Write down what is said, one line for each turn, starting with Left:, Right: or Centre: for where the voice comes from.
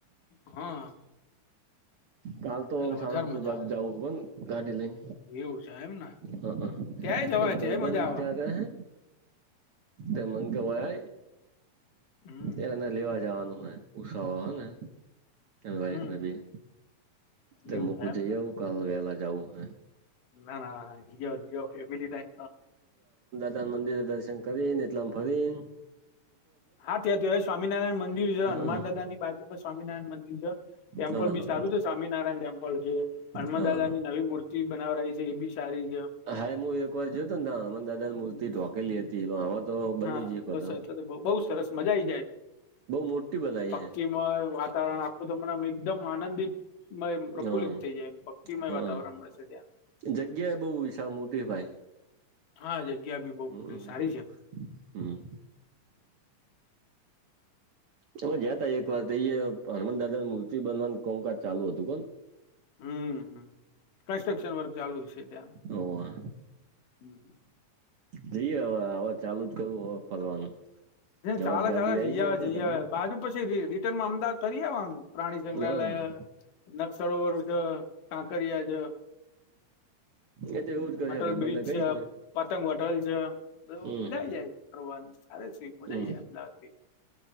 Left: હા
Right: કાલ તો
Left: એટલે
Right: સહારંગપુર
Left: વધારે મજા
Right: બાજ
Left: આવે
Right: જાવું પણ ગાડી લઈન
Left: એવું છે એમ ને
Right: હ,
Left: ત્યાંય જવાય
Right: એક
Left: ત્યાંય
Right: ભાઈબંધ
Left: મજા આવે
Right: ત્યા્યારે હૈ તે મંગ હોય,
Left: હમ
Right: હ એને લેવા જવાનું ઉસા હ, ને વફ
Left: હમ
Right: બી તે
Left: એવું
Right: મકું
Left: છે એમ
Right: જઈ આવુ, કાલ વેલા જવુ, હ
Left: ના, ના, ના જી, જ ફેમ ટમ
Right: એલા મંદિરે, દર્શન કરીને એટલા ફરી
Left: હા, ત્યાં થ સ્વામિનારાયણ મંદિર છે,
Right: હા હા
Left: હનુમાન દાદા ની બાજુમાં સ્વામિનારાયણ મંદિર છે. ટેમ્પલ
Right: હા
Left: બી સારું છે, સ્વામિનારાયણ ટેમ્પલ છે, હનુમાન
Right: હા
Left: દાદા ની નવી મૂર્તિ બનાવવા રય છે. એ બી સારી છે
Right: હાાઈ, હુ એક વાર જોતો ને હનુમાન દાદા ની મૂર્તિ
Left: હમ,
Right: ઢોકેલી હતી પણ હવા તો બની
Left: હા
Right: જ હતો
Left: બસ અ તો બહુ, સરસ બ મજાઈ જાય,
Right: મોટી બનાવી
Left: પકી
Right: હે
Left: વાતાવરણ આખું તમને એકદમ આનંદ મ પ્રફુલ્લિત
Right: હા
Left: થઈ જાય, એમ ભક્તિમય
Right: હા
Left: વાતાવરણ મળશે. ત્યા
Right: જગ્યા એ બહુ, વિશાળ મોટી ભાઈ
Left: હા, જગ્યા બી બહ
Right: હમ
Left: મોટી સારી છે.
Right: હમ એમે ગયા, તા એક વાર એ હનુમાન દાદાની મૂર્તિ બનવાનું કોમકાજ ચાલુ હતું. કેને
Left: હમ કન્સ્ટ્રક્શન વર્ક ચાલુ છે, ત્યાં
Right: હોવે
Left: હ
Right: જઈએ, હવે હવે ચાલુ જ કરવું હવે ફરવાનું. હવે
Left: ચાલે
Right: તો ગાડી
Left: ચાલે
Right: આઈ
Left: જઈ, આવે
Right: આપડે
Left: જઈ
Right: ઘરની
Left: આવે બાજુ પછી રિટર્નમાં અમદાવાદ ફ કરી આવવાનું પ્રાણી સંગ્રહાલય,
Right: હા
Left: નરસરોવર છે, કાંકરિયા છ
Right: એ
Left: હ,
Right: તો એવું જ કરશે
Left: અટલ
Right: ભાઈ
Left: બ્રિજ
Right: બંને કહીશ
Left: છે,
Right: ને
Left: પતંગ હોટલ છે, બધ
Right: હમ
Left: મજા આવી જાય ફરવાની અરે શ મજાઈ
Right: હમ
Left: જ અમદાવાદ ભી